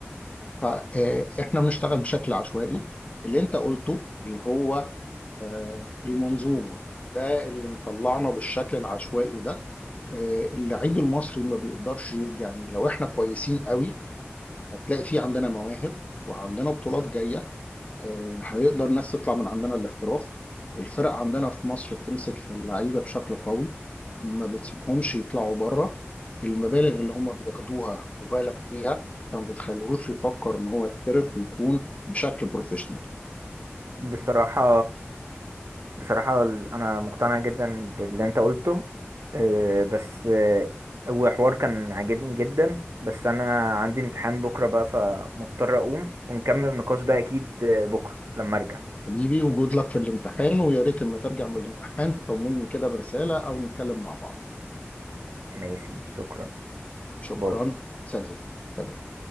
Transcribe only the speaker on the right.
بصراحة بصراحة ال- أنا مقتنع جدا باللي أنت قلته آه، بس آه، هو حوار كان عاجبني جدا بس أنا عندي امتحان بكرة بقى فمضطر أقوم ونكمل النقاش ده أكيد آه، بكرة لما أرجع
ماشي شكرا
باي